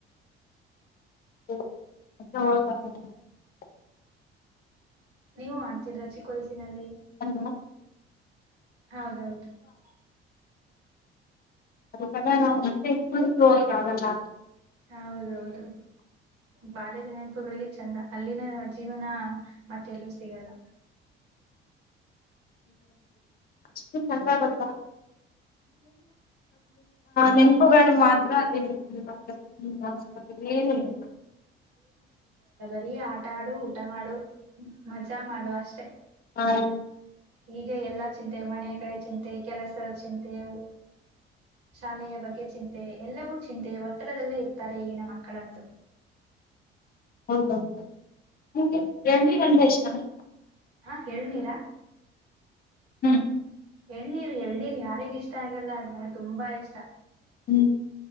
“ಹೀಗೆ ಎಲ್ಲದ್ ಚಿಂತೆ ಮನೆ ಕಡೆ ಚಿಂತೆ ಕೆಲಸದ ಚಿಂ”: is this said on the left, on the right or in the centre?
Right